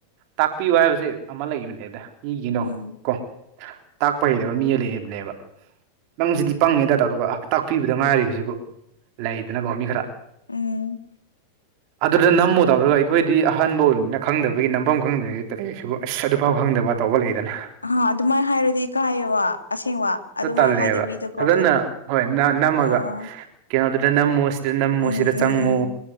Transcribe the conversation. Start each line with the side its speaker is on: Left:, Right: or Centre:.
Right: ꯇꯥꯛꯄꯤꯌꯨ ꯍꯥꯏꯕꯁꯦ ꯑꯃ ꯂꯩꯕꯅꯦꯗ ꯃꯤꯒꯤꯅꯣ
Left: ꯎꯝ
Right: ꯀꯣ ꯇꯥꯛꯄ ꯍꯩꯇꯕ ꯃꯤ ꯂꯩꯔꯤꯕꯅꯦꯕ ꯅꯪꯁꯤꯗꯤ ꯄꯪꯉꯦꯗ ꯇꯧꯔꯒ ꯇꯥꯛꯄꯤꯕꯗ ꯉꯥꯏꯔꯤꯕꯁꯤꯕꯨ ꯂꯩꯗꯅꯀꯣ ꯃꯤ ꯈꯔ
Left: ꯎꯝ
Right: ꯑꯗꯨꯗ ꯅꯝꯃꯨ ꯇꯧꯔꯒ ꯑꯩꯈꯣꯏꯗꯤ ꯑꯍꯟꯕ ꯑꯣꯏꯕꯅꯤꯅ ꯈꯪꯗꯕꯩ ꯅꯝꯐꯝ ꯈꯪꯗ꯭ꯔꯦ <unintelligible> ꯑꯁ ꯑꯗꯨꯐꯥꯎ ꯈꯪꯗꯕ ꯇꯧꯕ ꯂꯩꯗꯅ
Left: ꯑ ꯑꯗꯨꯃꯥꯏꯅ ꯍꯥꯏꯔꯗꯤ ꯀꯥꯏꯌꯦꯕ ꯑꯁꯦꯡꯕ
Right: ꯑꯗꯨ
Left: ꯑꯗꯨꯃꯥꯏꯅ
Right: ꯇꯜꯂꯦꯕ
Left: ꯍꯥꯏꯗꯕꯤꯗꯀꯣ
Right: ꯐꯖꯅ ꯍꯣꯏ ꯅ-ꯅꯝꯃꯒ
Left: ꯑꯥ
Right: ꯀꯩꯅꯣꯗꯨꯗ ꯅꯝꯃꯨꯁ ꯇꯔꯤꯗꯝꯝꯃꯨꯁꯤꯗ
Left: ꯎꯝ
Right: ꯆꯪꯉꯨ
Left: ꯎꯝ ꯎꯝ